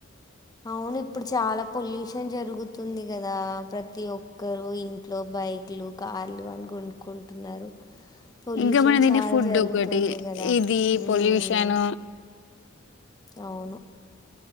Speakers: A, on the left; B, on the left.
A: అవును ఇప్పుడు చాలా పొల్యూషన్ జరుగుతుంది కదా ప్రతి ఒక్కరు ఇంట్లో బైక్లు కా కార్లు అని కొనుక్కుంటున్నారు పొల్యూషన్
B: ఇంకా మనం తినే
A: చాలా
B: ఫుడ్
A: జరుగుతుంది
B: ఒకటి
A: కదా
B: ఇది
A: మ్మ్.
B: పొల్యూషన్
A: అవును